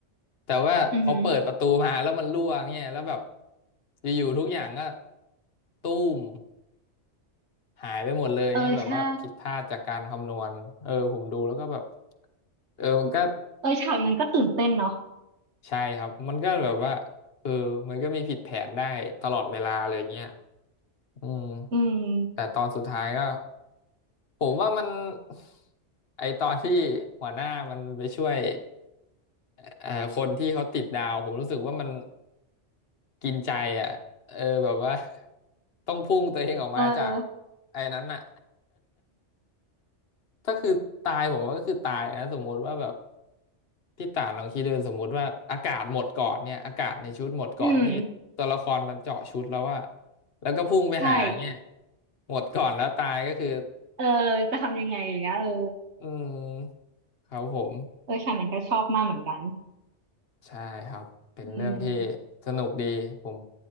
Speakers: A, on the left (about 60°); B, on the right (about 70°).
A: แต่ว่าพอเปิดประตูมาแล้วมันรั่วเงี้ยแล้วแบบ
B: อือหือ
A: อยู่ๆทุกอย่างก็ตู้มหายไปหมดเลยเงี้ยแบบว่าผิดพลาดจากการคำนวณเออผมดูแล้วก็แบบ
B: เออใช่
A: เออมันก็
B: เออฉากนั้นก็ตื่นเต้นเนาะ
A: ใช่ครับมันก็แบบว่าเออมันก็มีผิดแผนได้ตลอดเวลาเลยเงี้ยอืม
B: อืม
A: แต่ตอนสุดท้ายก็ ผมว่ามัน <laughs> ไอตอนที่หัวหน้ามันไปช่วยเอ่อคนที่เขาติดดาวผมรู้สึกว่ามันกินใจอ่ะเออแบบว่า <laughs> ต้องพุ่งตัวเองออกมาจาก
B: เออ
A: ไอ้นั้นอ่ะ <laughs> ถ้าคือตายผมว่าก็คือตายนะสมมติว่าแบบพี่ต่านลองคิดดูสมมติว่าอากาศหมดก่อนเนี่ยอากาศในชุดหมดก่อนที่ตัวละครมันเจาะชุดแล้วว่า
B: อืม
A: แล้วก็พุ่งไปหาเนี่ย
B: ใช่
A: หมดก่อนแล้วตายก็คือ
B: เออจะทำยังไงอย่างเงี้ยเออ
A: อืมครับผม
B: เออฉากนั้นก็ชอบมากเหมือนกัน
A: ใช่ครับ เป็นเรื่องที่
B: อืม
A: สนุกดี ผม